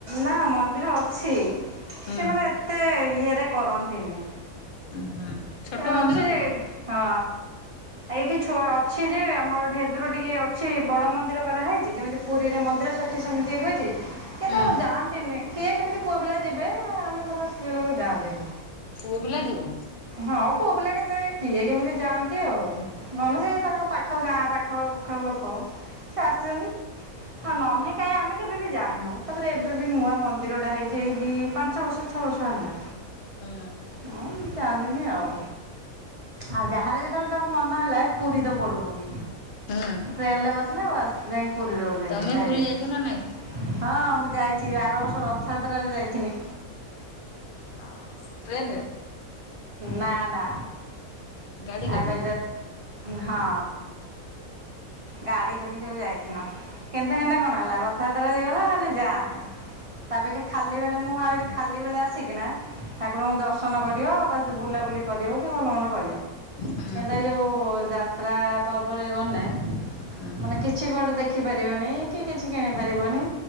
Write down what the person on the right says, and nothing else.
ନା ମନ୍ଦିର ଅଛି
ସେମାନେ ଏତେ ଇଏରେ କରନ୍ତିନି।
ଏ
ଅଛି ଯେ
ହଁ ଏଇଠିଛ ଅଛି ଯେ ଆମ ଢେଦୁର ଟିକେ ଅଛି ବଡ ମନ୍ଦିର କରାହେଇଛି ଯେମିତି ପୁରୀରେ ମନ୍ଦିର ସେଠି ସେମିତି ହଉଛି କିନ୍ତୁ
ଆଉ ଯାଆନ୍ତିନି କିଏ କେମିତି ପୁଅ ପିଲା ଯିବେ ଆମେ ଧର ସ୍ତ୍ରୀ ଲୋକ ଯାଆନ୍ତିନି।
ହଁ ପୁଅ ବିଲା କେତେ କିଏ କେମିତି ଯାଆନ୍ତି ଆଉ ନନେ ସେ ତାଙ୍କ ପାଖ ଗାଁ ପାଖ ଖ ପାଖ ଲୋକ ସେ ଆସେନି ନନେଇ। କାଇହିଁ ଆମେ କେବେ ବି ଯାଇନାଉ ତାପରେ ଏବେ ବି ନୂଆ ମନ୍ଦିରଟା ହେଇଛି ଦି ପାଞ୍ଚ ବର୍ଷ ଛଅ ବର୍ଷ ହେଲା।
ହଁ ମୁଁ ଚାହାନ୍ତିିନି ଆଉ ଆଉ ଯାହାର ଯେ ତଳେ ଧର ମନ ହେଲା ପୁରୀ ତ ପଳୁଅନ୍ତି।
ଟ୍ରେନ ରେ ବସିଲେ ବାସ ଯାଇକି ପୁରୀରେ ଓହ୍ଲେଇଲେ
ଡାଇରେକ୍ଟ।
ହଁ ମୁଁ ଯାଇଛି ଆର ବାର ବର୍ଷ ରଥଯାତ୍ରାରେ ଯାଇଥିନି।
ନା ନା
ଆମେ ହଁ ଗାଡି କରିକି ସବୁ ଯାଇଥିନୁ। କିନ୍ତୁ ହେନେ କଣ ହେଲା ରଥଯାତ୍ରା ଯିବ ତ ହେଲେ ଯାମେ। ତା ଅପେକ୍ଷା ଖାଲି ବେଳେ ମୁଁ ଭାବିନି ଖାଲି ବେଳେ ଆସିକି ନା ଠାକୁର ଙ୍କୁ ଦର୍ଶନ ଦର୍ଶନ କରିବ ବା ସେ ବୁଲାବୁଲି କରିବ କି ଭଲ ମନ୍ଦ କରିବ।
କିନ୍ତୁ, ଏଇ ଯୋଉ ଯାତ୍ରା ପର୍ବରେ ଗନେ
ମାନେ କିଛି କୁଆଡେ ଦେଖି ପାରିବନି କି କିଛି କିଣି ପାରିବନି